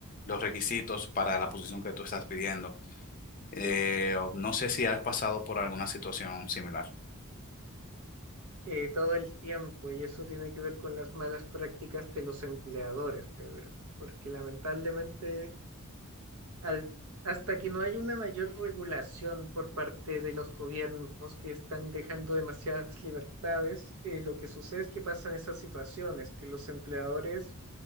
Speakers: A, on the left; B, on the right.
A: los requisitos para la posición que tú estás pidiendo. Eh, o no sé si has pasado por alguna situación similar.
B: eh, todo el tiempo. Y eso tiene que ver con las malas prácticas de los empleadores, Pedro, porque lamentablemente al- hasta que no haya una mayor regulación por parte de los gobiernos que están dejando demasiadas libertades, eh, lo que sucede es que pasan esas situaciones, que los empleadores